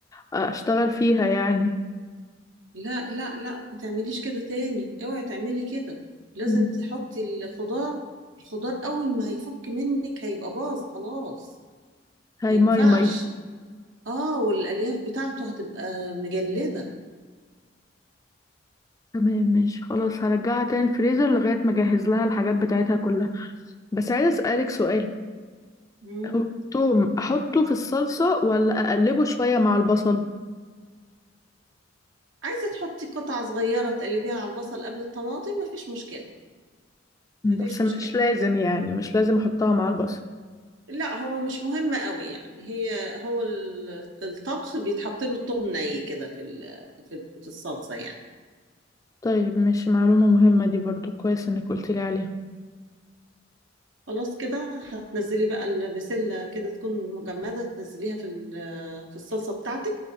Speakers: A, on the left; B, on the right.
A: اشتغل فيها يعني
B: لا لا لا ما تعمليش كده تاني اوعي تعملي كده لازم
A: مم.
B: تحطي الخضار الخضار اول ما هيفك منك هيبقى باظ خلاص
A: هاي
B: ما ينفعش
A: ماي ماي
B: اه والالياف بتاعته هتبقى مجلده
A: تمام ماشي خلاص هرجعها تاني الفريزر لغاية ما اجهز لها الحاجات بتاعتها كلها بس عايزة اسألك سؤال
B: مم.
A: هو التوم احطه في الصلصة ولا اقلبه شوية مع البصل
B: عايزه تحطي قطعه صغيره تقلبيها على البصل قبل الطماطم مفيش مشكله
A: مم،
B: مفيش
A: بس مش
B: مشكله
A: لازم يعني مش لازم احطها مع البصل
B: لا هو مش مهم قوي يعني هي هو ال- الطبخ بيتحط له الثوم ني كده في ال- في في الصلصه يعني
A: طيب ماشي معلومة مهمة دي برضو كويس انك قلت لي عليها
B: خلاص كده هتنزلي بقى البسله كده تكون مجمده تنزليها في ال- في الصلصه بتاعتك